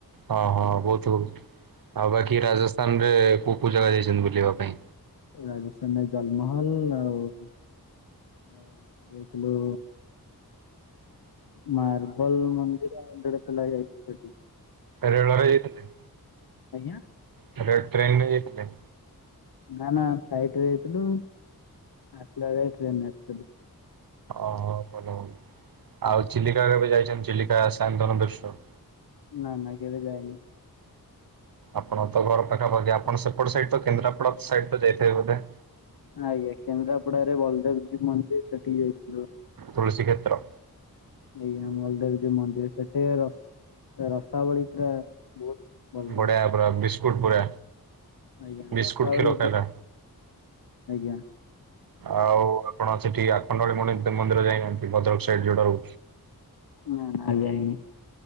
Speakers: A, on the right (about 65°); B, on the left (about 75°).
A: ହଁ ହଁ ବହୁତ ବହୁ ଆଉ ବାକି ରାଜସ୍ଥାନ ରେ କୋଉ କୋ ଜାଗା ଯାଇଛନ୍ତି ବୁଲିବା ପାଇଁ
B: ରାଜସ୍ଥାନରେ ଜଲମହଲ ଆଉ ଆଉ ଯାଇଥିଲୁ ମାର୍ବଲ ମନ୍ଦିର ଆଣ୍ଡଡ଼ ତଲା ଯାଇ ସେ
A: ରେଳରେ ଯାଇଥିଲଲେ
B: ଆଜ୍ଞା
A: ଟ୍ରେନରେ ଯାଇଥିଲଥିଲେ
B: ନା ନା ଫ୍ଲାଇଟ ରେ ଯାଇଥିଲୁ ଆସିଲା ବେଳେ ଟ୍ରେନ ଆସିଥିଲୁ
A: ଓହୋ ଭଲ ଭନ ଆଉ ଚିଲିକା କେବେ ଯାଇଛନ୍ତି ଚିଲିକା ସଏନ୍ତନ ବିଶ
B: ନା ନା କେବେ ଯାନି
A: ଆପଣ ତ ଘର ପାଖାପାଖି ଆପଣ ସେପଟ ସାଇଡ ତ କେନ୍ଦ୍ରାପଡା ସାଇଡ ତ ଯାଇଥିବେ ବୋଧେ
B: ଆଜ୍ଞା କେନ୍ଦ୍ରାପଡାରେ ବଲଦେବଜୀ ମନ୍ଦିର ସେଠିକି ଯାଇଥିଲୁ
A: ତୁସୀ କ୍ଷେତ୍ର
B: ଆଜ୍ଞା ମଳଦେବ ଯୋଉ ମନ୍ଦିର ସେଠି ରସାବଳି ପୁରା ବହୁତ ଭଲ ଲାଗେ
A: ବଢିଆ ପୁରା ବିସ୍କୁଟ ପୁରା
B: ଆଜ୍ଞା
A: ବିସ୍କୁଟ
B: ରସାବଳି
A: ଖିଲୋ
B: ସେଠି
A: ଖଲା
B: ଆଜ୍ଞା
A: ଆଉ ଆପଣ ସେଠି ଆଖଣ୍ଡବାଳି ମନ୍ଦିର ଯାଇନାହାନ୍ତି ଭଦ୍ରକ ସାଇଡ ଯୋଉଟାରୁ
B: ନା ନା ଯାଇନି